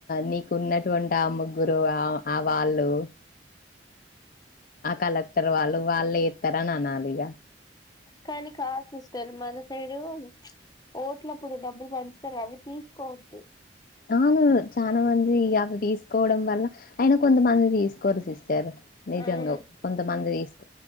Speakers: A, on the left; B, on the left.
A: నీకు ఉన్నటువంటి ఆ ముగ్గురు ఆ ఆ వాళ్ళు ఆ కలెక్టర్ వాళ్ళు వాల్లే ఇస్తారని అనాలి ఇగ
B: కని క సిస్టర్ మన సైడు ఓట్లప్పుడు డబ్బుల్ బంచుతరు గ అవి తీసుకోద్దు
A: ఆ చాన మంది అవి తీసుకోవడం వల్ల అయిన కొంతమంది తీసుకోరు సిస్టర్ నిజంగా
B: అవును
A: కొంతమంది దీ